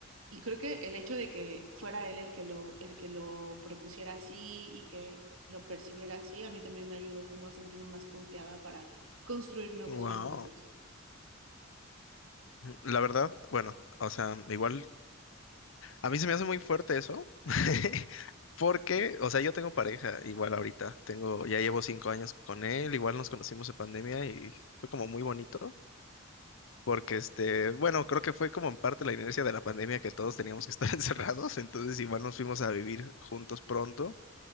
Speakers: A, on the right; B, on the left.
A: Y creo que el hecho de que fuera él el que lo, el que lo propusiera así y que lo percibiera así, a mí también me ayudó como a sentirme más confiada para construir nuevos
B: Wow.
A: vínculos.
B: La verdad, bueno, o sea, igual, a mí se me hace muy fuerte eso, <laughs> porque, o sea, yo tengo pareja igual ahorita, tengo, ya llevo cinco años con él, igual nos conocimos en pandemia y fue como muy bonito, porque este, bueno, creo que fue como en parte la inercia de la pandemia que todos teníamos que estar <laughs> encerrados, entonces igual nos fuimos a vivir juntos pronto